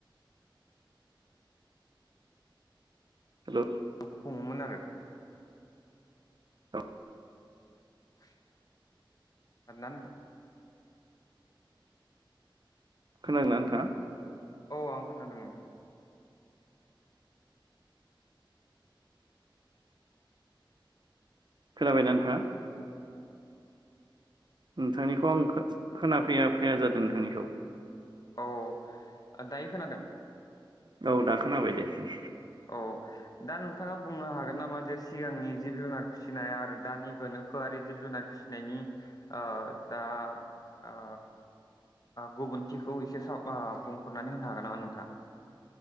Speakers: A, on the right; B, on the left.
A: हेलौ
B: खुंङोमोन आरो
A: औ
B: औ <unintelligible>
A: खोनादोंना नोथांङा?
B: औ आं खोनादों नोंथां।
A: खोनाबायना नोंथाङा? नोंथांनिखौ आं खो खोना फैया फैया जादो नोंथांनिखौ।
B: औ दायो खोनादों?
A: औ दा खोनाबाय दे उम।
B: औ दा नोंथाङा बुंनो हागोन नामा जे सिगांनि जिब जुनार फिनाय आरो दानि गोनोखोआरि जिब जुनार फिनायनि ओ दा ओ गुबुनथिखौ एसे स बुंफोरनानै होनो हागोन नामा नोंथाङा?